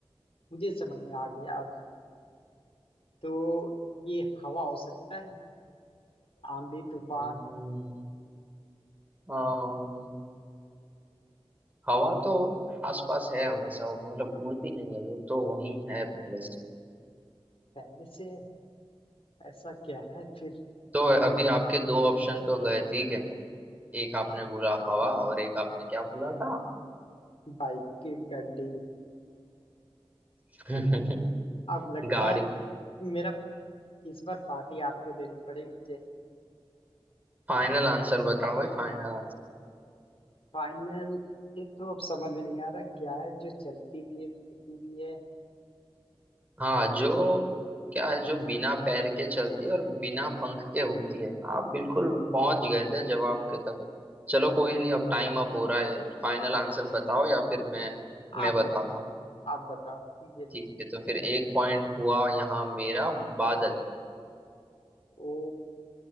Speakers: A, on the left; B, on the right.
A: मुझे समझ में आ गया अब तो ये हवा हो सकता है आंधी तूफान
B: हम्म, अम, हवा तो आसपास है हमेशा वो मतलब उड़ती नहीं है वो तो वहीं है पहले से
A: पहले से है ऐसा क्या है फिर
B: तो अभी आपके दो ऑप्शन तो गए ठीक है एक आपने बोला हवा और एक आपने क्या बोला था
A: बाइक की गड्डी
B: <laughs>
A: अब लगता
B: गाड़ी
A: है मेरा इस बार पार्टी आपको देनी पड़ेगी मुझे
B: फाइनल आंसर बताओ भाई फाइनल
A: फाइनल ये तो अब समझ में नहीं आ रहा क्या है जो चलती भी है उड़ती भी है
B: हाँ जो क्या है जो बिना पैर के चलती है और बिना पंख के उड़ती है आप बिल्कुल पहुंच गए थे जवाब के तक चलो कोई नहीं अब टाइम अप हो रहा है फाइनल
A: हाँ
B: आंसर बताओ या फिर मैं
A: आप
B: मैं बताता
A: बत,
B: हूँ
A: आप बताओ मुझे नहीं
B: ठीक है तो फिर एक पॉइंट हुआ यहाँ मेरा बादल
A: ओ